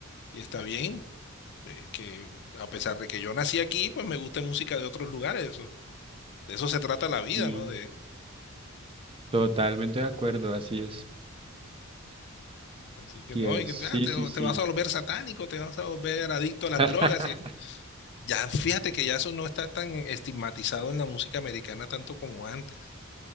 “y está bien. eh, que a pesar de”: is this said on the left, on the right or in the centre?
Left